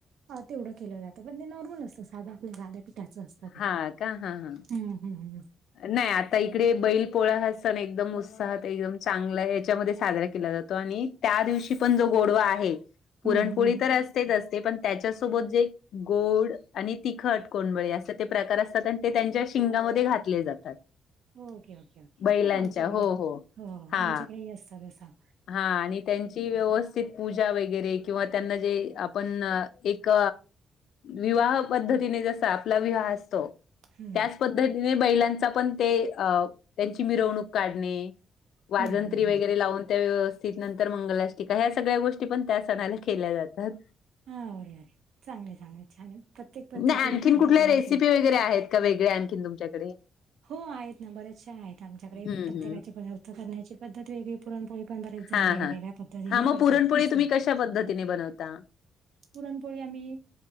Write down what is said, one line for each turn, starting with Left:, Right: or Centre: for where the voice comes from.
Right: तेवढं केलं जातं पण ते नॉर्मल असतं साधं आपल्या जाध्या पिठाचं असतं
Left: हां का हां हां
Right: हम्म हम्म हम्
Left: नाही आता इकडे बैल पोळ हात सण एकदम उत्साहात एकदम चांगला याच्यामध्ये साजरा केला जातो आणि त्या दिवशी पण जो गोडवा आहे पुरणपोळी
Right: हम्म, हम्म.
Left: तर असतेच असते पण त्याच्यासोबत जे गोड आणि तिखट कोंबळी असं ते प्रकार असतात आणि ते त्यांच्या शिंगामध्ये घात कले जातात
Right: ओके ओके ओके
Left: बैलांच्या
Right: ह आमच्याकडे
Left: हो
Right: हो
Left: हा
Right: आमच्याकडे ये असत त
Left: हा आणि त्यांची व्यवस्थित पूजा वगैरे किंवा त्यांना जे आपण एक विवाह पद्धतीने जसा आपला विवाह असतो
Right: हम्म,
Left: त्याच पद्धतीने बैलांचा पण ते अ त्यांची मिरवणूक काढणे वाजंत्री
Right: हम्म, हम्म,
Left: वगैरे
Right: हम्म.
Left: लावून त्या व्यस् त नंतर मंगलाष्टकाा ह्या सगळ्या गोष्टी पण त्या सणाला केल्या जातात
Right: हा ओरिओ चांगले चांगले छान आहे प्रत्येक पद्धती
Left: आणी
Right: खाद्यपदार्थ
Left: कुठ रेसिी
Right: वे-
Left: वगैे आहेत का वेगळे आणखीन तुमच्याकडे
Right: हो आहेत ना बरेचशा आहेत आमच्याकडे
Left: हम्म
Right: प्रत्येकाचे
Left: हम्म
Right: पदार्थ करण्याची पद्धत वेगळी पुरणपोळी पण बरेच जण
Left: हा
Right: वेगळ्या
Left: हा
Right: वेगळ्या पद्धतीने
Left: हा मग
Right: करतात
Left: पुरणपोळी
Right: असं.
Left: तुम्ही कशा पद्धतीने बनवता?
Right: पुरणपोळी आम्ही